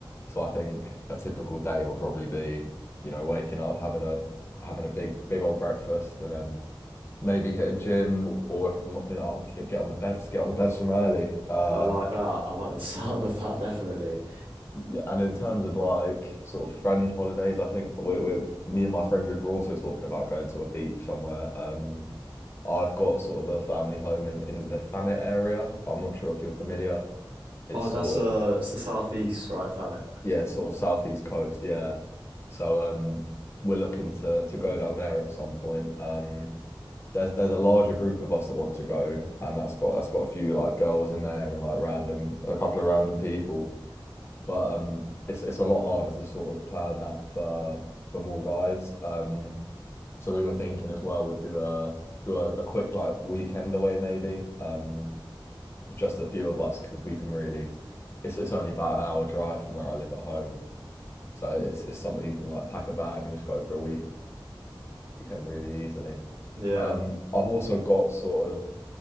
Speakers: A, on the left; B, on the right.
A: So I think a typical day will probably be, you know, waking up, having a having a big big old breakfast and then maybe hit a gym or if I'm not feeling, I'll get, get on the bevs, get on the bevs from early. Uh
B: I like that. I like the <laughs> sound of that, definitely.
A: yeah, and in terms of like sort of friend holidays, I think we're, we're me and my friend group are also talking about going to a beach somewhere. Um I've got sort of a family home in in the Thanet area. I'm not sure if you're familiar. It's
B: Oh,
A: sort
B: that's uh,
A: of
B: it's the southeast, right, Thanet?
A: yeah, sort of southeast coast, yeah. So um we're looking to to go down there at some point. Um there's there's a larger group of us that want to go and that's got that's got a few like girls in there and like random a couple of random people. But um it's it's a lot harder to sort of plan that for for more guys. Um so we were thinking as well we'd do a do a, a quick like weekend away maybe. Um just a few of us because we can really it's it's only about an hour drive from where I live at home. So it's, it's something you can like pack a bag and just go for a week- weekend really easily.
B: Yeah.
A: Um, I've also got sort of